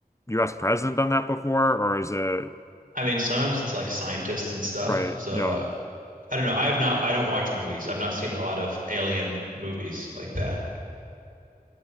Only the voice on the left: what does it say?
US president done that before, or is it
right,
you know.